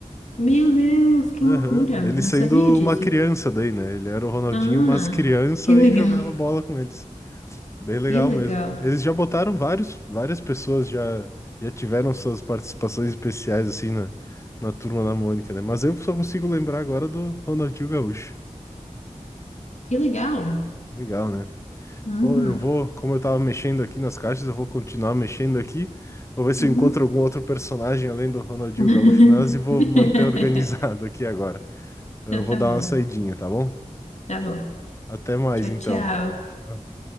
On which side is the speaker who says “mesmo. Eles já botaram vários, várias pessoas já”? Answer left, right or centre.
Left